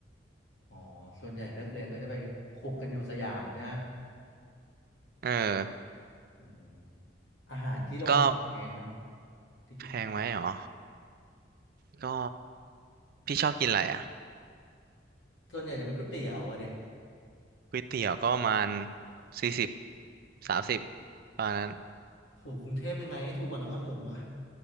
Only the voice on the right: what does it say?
เออ
ก็
แพงไหมหรอก็พี่ชอบกินอะไรอ่ะ
ก๋วยเตี๋ยวก็ประมาณสี่สิบสามสิบประมาณนั้น